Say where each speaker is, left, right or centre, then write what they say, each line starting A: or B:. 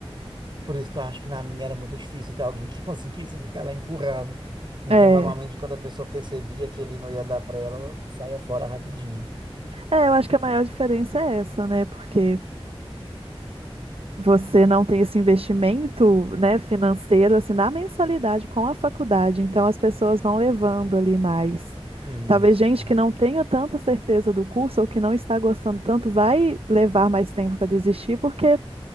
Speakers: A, on the right; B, on the right.
A: Por isso que eu acho que na minha era muito difícil ter alguém que <laughs> conseguisse ficar lá empurrando. Então,
B: É,
A: normalmente, quando a pessoa percebia que ele não ia dar para ela, ela saía fora rapidinho.
B: é, eu acho que a maior diferença é essa, né? Porque você não tem esse investimento, né, financeiro assim na mensalidade com a faculdade, então as pessoas vão levando ali mais.
A: Isso.
B: Talvez gente que não tenha tanta certeza do curso ou que não está gostando tanto vai levar mais tempo para desistir porque,